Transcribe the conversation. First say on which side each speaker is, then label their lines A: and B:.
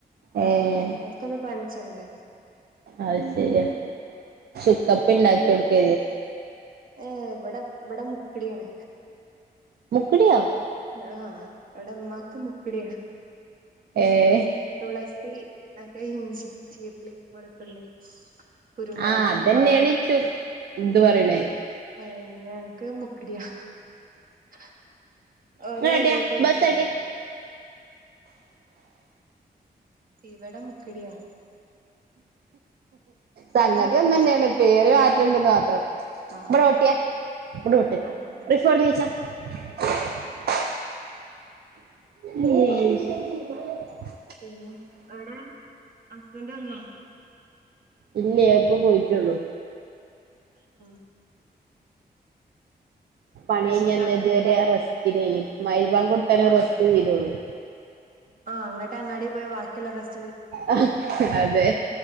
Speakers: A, on the right; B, on the right.
A: ഏ
B: എടക്കൊന്ന് പനിച്ചണ്ടേ
A: അത് ശരിയാ ചുക്കപ്പി ഉണ്ടാക്കി കൊടുക്ക
B: ഏ ഇവിടെ ഇവിടെ മുക്കിടിയാണ്
A: മുക്കടിയോ
B: ആഹ് ഇവ്ടെ മ്മാക്ക് മുക്ക്ടിയാ
A: ഏ
B: തുളസി അതേ ഇഞ്ചി ചീർളി വെളുത്തുള്ളി കുരുമുളക്
A: ആ അതെന്നെ എണിച്ചു എന്ത് പറണേ
B: ഏ ഞങ്ങക്ക് മുക്കടിയാ <inaudible> ഓരോ
A: ഇങ്ങാട്ടിയ
B: ഏരിയക്ക് ഓരോന്നല്ലേ
A: ബസ് ആട്ടിയ
B: ഇവിടെ മുക്കിടിയാണ്
A: സംഗതി
B: അതാണ്
A: ഒന്നെന്നെയാണ്
B: കുടിച്ച
A: പേര് മാറ്റണ്ടെന്ന് മാത്രം.
B: ആഹ്
A: ഇവടെ ഓട്ട്യാ ഇവടെ ഓട്ട്
B: അതന്നെ
A: റിഫു അവടന്ന് നീച്ച <inaudible> <unintelligible>
B: പിന്നെ എവിടെ ഹസ്ബൻറ് വന്നോ
A: ഇല്ലേ അ ഇപ്പൊ പോയിട്ടുള്ളു
B: ആ
A: പണി കഴിഞ്ഞ്
B: കുട്ട
A: വന്ന് ഇത്വരെ റസ്- ഇനി മരിബാങ്ക് കൊടുത്താലേ റസ്റ്റ് തീരുള്ളൂ
B: ആ അങ്ങ അങ്ങാടി പോയി വാക്കിയിള്ള റസ്
A: ആ അതെ